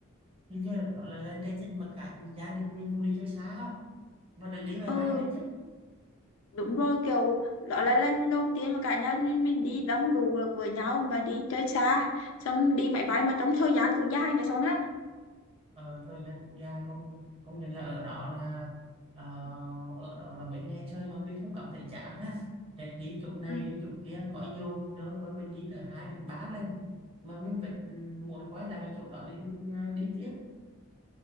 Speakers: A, on the right; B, on the left.
A: hình như là đó là lên gần nhất mà cả gia đình mình cũng đi chơi xa không và được đi máy
B: ừ
A: bay đấy chứ
B: đúng rồi kiểu đó là lần đầu tiên mà cả nhà mình, mình đi đông đủ được với nhau mà đi chơi xa xong đi máy bay mà trong thời gian cũng dài này xong ha
A: ờ, thời gian cũng dài không không nhận là ở đó là ờ, ở đó là mấy ngày chơi mà mình không cảm thấy chán ha hết đi chỗ này
B: Ừ.
A: đi chỗ kia có nhiều nơi mà mình đi tới hai đến ba lần mà mình vẫn muốn quay lại cái chỗ đó để mình ờ, đi tiếp